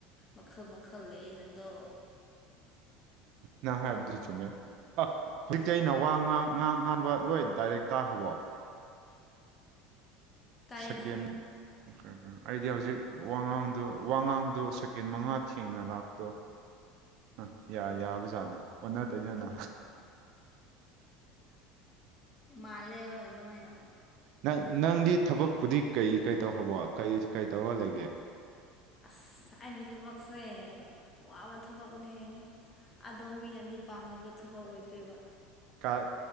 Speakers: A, on the left; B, on the right.
A: ꯃꯈꯜ ꯃꯈꯜ ꯂꯩꯩꯌꯦꯅ ꯑꯗꯣ꯫
B: ꯅꯪ ꯍꯥꯏꯕꯗꯨ ꯆꯨꯝꯃꯦ ꯑ ꯍꯧꯖꯤꯛꯇꯤ ꯑꯩꯅ ꯋꯥ ꯉꯥꯡ ꯉꯥꯡ ꯉꯥꯡꯕ ꯂꯣꯏ ꯗꯥꯏꯔꯦꯛ ꯇꯥꯈ꯭ꯔꯕꯣ꯫
A: ꯇꯥꯏꯅ
B: ꯁꯀꯦꯟ ꯈꯔ ꯈꯔ ꯑꯩꯗꯤ ꯍꯧꯖꯤꯛ ꯋꯥꯉꯥꯡꯗꯨ ꯋꯥꯉꯥꯡꯗꯨ ꯁꯦꯀꯦꯟ ꯃꯉꯥ ꯊꯦꯡꯅ ꯂꯥꯛꯄꯗꯨ ꯑ ꯌꯥ ꯌꯥꯕ ꯖꯥꯠꯅꯤ ꯑꯣꯟꯅ ꯇꯩꯅꯅ
A: ꯃꯥꯂꯦ ꯍꯣꯏ ꯑꯗꯨꯃꯥꯏꯅ
B: ꯅꯪ ꯅꯪꯗꯤ ꯊꯕꯛꯄꯨꯗꯤ ꯀꯩ ꯀꯩ ꯇꯧꯈ꯭ꯔꯕꯣ ꯀꯩ ꯀꯩ ꯇꯧꯔꯒ ꯂꯩꯒꯦ
A: ꯑꯁ ꯑꯩꯒꯤ ꯊꯕꯛꯁꯦ ꯋꯥꯕ ꯊꯕꯛꯅꯦ ꯑꯗꯣ ꯃꯤꯅꯗꯤ ꯄꯥꯝꯅꯕ ꯊꯕꯛ ꯑꯣꯏꯗꯦꯕ
B: ꯥꯥ ꯀꯥꯔ